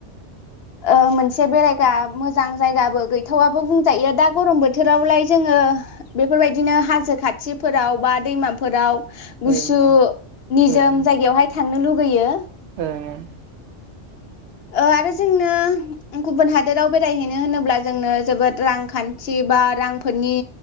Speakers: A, on the left; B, on the right.
A: ओ मोनसे बेरायग्रा मोजां जायगाबो गैथावाबो बुंजायो दा गरम बोथोरावलाय जोङो बेफोरबायदिनो हाजो खाथिफोराव बा दैमाफोराव गुसु
B: ओं
A: निजोम
B: ओं
A: जायगायावहाय था थांनो लुगैयो
B: ओं ओं
A: ओ आरो जोंनो गुबुन हादोराव बेरायहैनो होनोब्ला जोंनो जोबोद रांखान्थि बा रांफोरनि